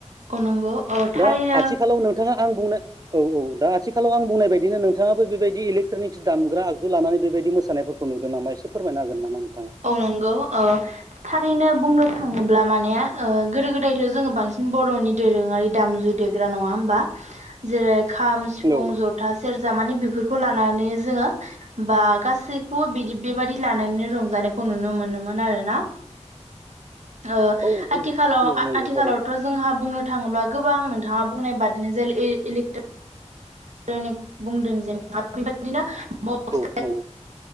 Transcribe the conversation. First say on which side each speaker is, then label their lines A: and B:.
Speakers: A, on the right; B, on the right.
A: औ नंगौ औ थारैनो
B: दा आथिखालाव नोंथाङा आं बुंनो औ औ दा आथिखालाव आं बुंनाय बायदिनो नोंथाङाबो बेबायदि इलेक्ट्रनिक्स दामग्रा आगजु लानानै बेबायदि मोसानायफोरखौ नुदों नामा एसे फोरमायनोागोन नामा नोंथाङा?
A: औ नंगौ ओ थारैनो बुंनो थाङोब्ला माने ओ गोदो गोदायथ' जोङो बांसिन बर'नि दोरोङारि दामजु देग्रा नङा होमबा जेरै खाम, सिफुं,
B: औ
A: जथा, सेरजा जा माने बेफोरखौ लानानै जोङो बा गासैखौबो बि बेबादि लानानै रंजानाय खौ नुनो मोनोमोन आरोना ओ
B: औ औ
A: आथिखालाव
B: औ नंगौ
A: आथिखालावथ'
B: थारैनो
A: जोंहा बुंनो थाङोब्ला गोबां नोंथाङा बुंनाय बाद नो <unintelligible> इलेक्ट्र बुंदों जेनेब बेबायदिनो बक्स
B: औ नंगौ